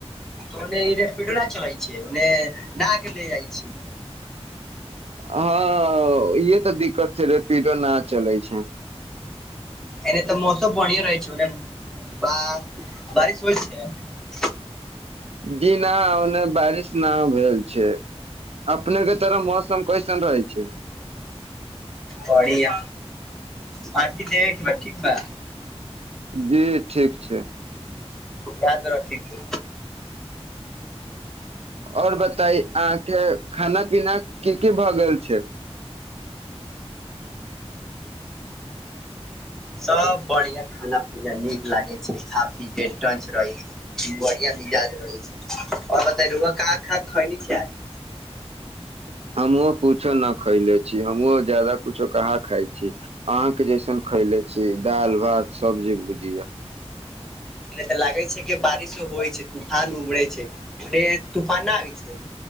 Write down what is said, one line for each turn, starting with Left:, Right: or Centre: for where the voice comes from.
Centre: ओने रेपीडो न चलाय छै ओने घुमाक ले जाइ छै
Right: हँ इहे तऽ दिक्कत छै रेपिडो न चलै छै
Centre: एने तऽ मौसम बढ़िया रहै छै ओने बाह बारिश होइ छै
Right: जी नहि ओने बारिश न भेल छै अपनेके तरफ मौसम कैसन रहै छै
Centre: बढिया पार्टी देबेक बा ठीक बा
Right: जी ठीक छै
Centre: याद रखि के
Right: आओर बताई अहाँके खाना पीना की की भऽ गेल छै
Centre: सब बढ़िया खाना पीना नीक लागे छै खा पी के टंच रहै छी बढ़िया याद रहै छै आओर बताइ रउआ का का खैनि छै आज
Right: <inaudible> हमहु कुछो न खैले छी हमहु ज्यादा कुछो कहाँ खाय छी अहाँ के जइसन खयले छी दालि भात सब्जी भुजीया
Centre: एने तऽ लागे छै कि बारिशो होइ छै तूफान उबरे छै ओने तूफान ना आबै छै